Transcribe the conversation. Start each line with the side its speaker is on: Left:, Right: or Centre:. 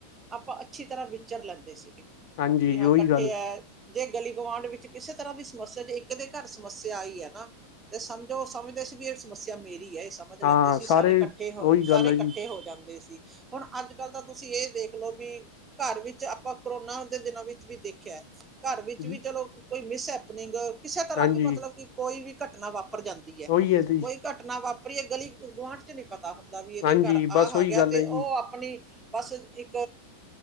Right: ਆਪਾਂ ਅੱਛੀ ਤਰ੍ਹਾਂ ਵਿਚਰ ਲੈਂਦੇ ਸੀਗੇ
Left: ਹਾਂਜੀ
Right: ਵੀ ਹਾਂ
Left: ਉਹੀ
Right: ਇਕੱਠੇ
Left: ਗੱਲ
Right: ਹੈ ਜੇ ਗਲੀ ਗੁਵਾਂਢ ਵਿੱਚ ਕਿਸੇ ਤਰ੍ਹਾਂ ਦੀ ਸਮੱਸਿਆ ਜੇ ਕਿਦੇ ਘਰ ਸਮੱਸਿਆ ਹੀ ਹੈ ਨਾ ਤੇ ਸਮਝੋ ਸਮਝਦੇ ਸੀ ਵੀ ਇਹ ਸਮੱਸਿਆ ਮੇਰੀ ਇਹ ਸਮਝ
Left: ਹਾਂ
Right: ਲੈਂਦੇ ਸੀ ਸਾਰੇ ਇਕੱਠੇ ਹੋ
Left: ਉਹੀ ਗੱਲ
Right: ਸਾਰੇ
Left: ਹੈ
Right: ਇਕੱਠੇ ਹੋ ਜਾਂਦੇ ਸੀ। ਹੁਣ ਅੱਜ ਕੱਲ੍ਹ ਤਾਂ ਤੁਸੀਂ ਇਹ ਦੇਖ ਲਓ ਵੀ ਘਰ ਵਿੱਚ ਆਪਾਂ ਕਰੋਨਾ ਦੇ ਦਿਨਾਂ ਵਿੱਚ ਵੀ ਦੇਖਿਆ। ਘਰ ਵਿੱਚ
Left: ਜੀ
Right: ਵੀ ਚਲੋ ਕੋਈ ਮਿਸਐਪਨਿੰਗ ਕਿਸੇ ਤਰ੍ਹਾਂ
Left: ਹਾਂਜੀ
Right: ਵੀ ਮਤਲਬ ਕਿ ਕੋਈ ਵੀ ਘਟਨਾ ਵਾਪਰ ਵਾਪਰ ਜਾਂਦੀ ਹੈ
Left: ਉਹੀ ਤੇ
Right: ਕੋਈ ਘਟਨਾ ਵਾਪਰ ਗਲੀ ਗੁਆਂਢ ਚੋਂ ਨੀ ਪਤਾ ਹੁੰਦਾ ਵੀ ਇਹਦੇ
Left: ਹਾਂਜੀ
Right: ਘਰ ਆਹ
Left: ਬਸ ਉਹੀ
Right: ਹੈ ਗਿਆ
Left: ਗੱਲ
Right: ਤੇ ਉਹ
Left: ਜੀ
Right: ਆਪਣੀ ਬਸ ਇੱਕ